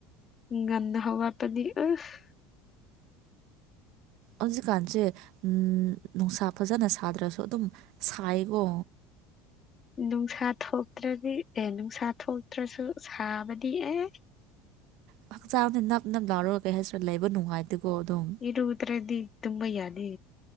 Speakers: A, on the left; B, on the right.
A: ꯉꯟꯅ ꯍꯧꯒꯠꯄꯗꯤ ꯑꯁ
B: ꯍꯧꯖꯤꯛꯀꯥꯟꯁꯦ ꯎꯝ ꯅꯨꯡꯁꯥ ꯐꯖꯅ ꯁꯥꯗ꯭ꯔꯁꯨ ꯑꯗꯨꯝ ꯁꯥꯏꯀꯣ
A: ꯅꯨꯡꯁꯥ ꯊꯣꯛꯇ꯭ꯔꯗꯤ ꯑꯦ ꯅꯨꯡꯁꯥ ꯊꯣꯛꯇ꯭ꯔꯁꯨ ꯁꯥꯕꯗꯤ ꯑꯦ
B: ꯑꯁ ꯍꯛꯆꯥꯡꯗ ꯅꯞ ꯅꯞ ꯂꯥꯎꯔꯒ ꯀꯩ ꯍꯥꯏꯁꯤꯔꯥ ꯂꯩꯕ ꯅꯨꯡꯉꯥꯏꯇꯦꯀꯣ ꯑꯗꯨꯝ
A: ꯏꯔꯨꯗꯔꯗꯤ ꯇꯨꯝꯕ ꯌꯥꯗꯦ